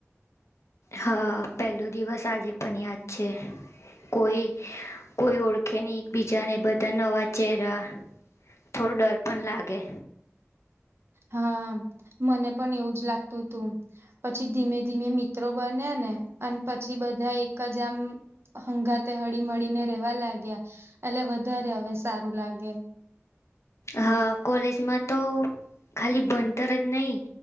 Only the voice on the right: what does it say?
હા મને પણ એવું જ લા તું પછી ધીમે ધીમે મિત્રો બને ને અને પછી બધા એ એકજ આમ હંગાતે હળી મળળીને રેવા લાગ્યા એટલે વધારે હવે સારું લાગે.